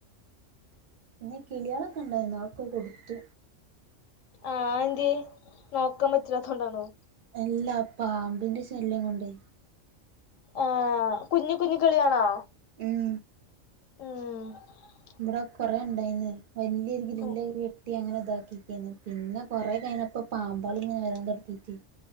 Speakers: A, on the right (about 55°); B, on the left (about 90°).
A: ഇന്ന് കിളീളൊക്ക ഇണ്ടാര്ന്നു അതൊക്ക കൊടുത്തു.
B: ആഹ് എന്ത്യെ നോക്ക പറ്റാത്തോണ്ടാണൊ
A: അല്ല പാമ്പിന്റെ ശല്യം കൊണ്ടെ
B: ആഹ് കുഞ്ഞി കുഞ്ഞ് കിള്യാണോ
A: ഉം
B: ഉം
A: ഇവ്ടെ കൊറേ ഇണ്ടായിന്ന്. വല്യ ഗ്രില്ലയ്
B: ഉം
A: കിട്ടി അങ്ങനെ ഇതാക്കിക്കാണ് പിന്ന കൊറേ കഴിഞ്ഞപ്പൊ പാമ്പാള് ഇങ്ങന വരാൻ തൊട്ത്തീട്ടെ